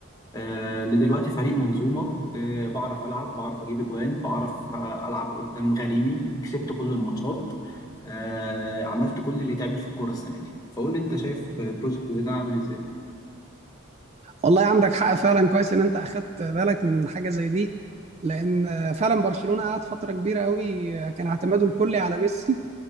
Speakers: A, on the left; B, on the right.
A: آه لدلوقتي فريق منظومه آه بعرف العب بعرف اجيب اجوان بعرف آه، العب قدام غريمي كسبت كل الماتشات آه عملت كل اللي يتعمل في الكوره السنه دي فقول لي انت شايف بروجكت زي ده عامل ازاي
B: والله عندك حق فعلا كويس ان انت اخدت بالك من حاجة زي دي لان فعلا برشلونة قعد فترة كبيرة قوي كان اعتماده الكلي على ميسي